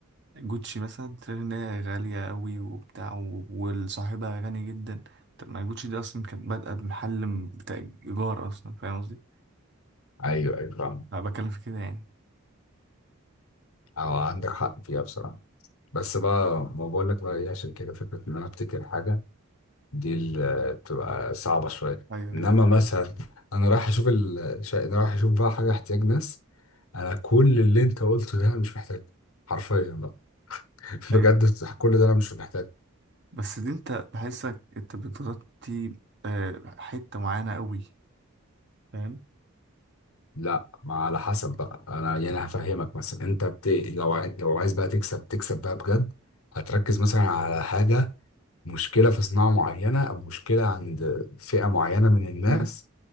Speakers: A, on the right (about 50°); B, on the left (about 80°).
A: جوتشي مثلا تلاقي ان هي غالية قوي وبتاع و- والصاحبها غني جدا طب ما جوتشي دي اصلا كانت بادئة بمحل بتاع ايجار اصلا فاهم قصدي
B: ايوه ايوه فاهم
A: انا بتكلم في كده يعني
B: اه عندك حق فيها بصراحه بس بقى ما بقول لك بقى ايه عشان كده فكره ان انا افتكر حاجه دي اللي بتبقى صعبه شويه
A: ايوه
B: انما
A: ايوه
B: مثلا انا رايح اشوف ال... شا- انا رايح اشوف بقى حاجه احتياج ناس انا كل اللي انت قلته ده انا مش محتاجه حرفيا بقى <laughs> بجد
A: ايوه
B: كل ده انا مش محتاجه
A: بس دي انت بحسك انت بتغطي آه، حتة معينة قوي فاهم
B: لا ما على حسب بقى انا يعني هفهمك مثلا انت بت... لو ع- لو عايز بقى تكسب تكسب بقى بجد هتركز مثلا على حاجه مشكلة في صناعة معينة أو مشكلة عند فئة معينة من الناس
A: مم.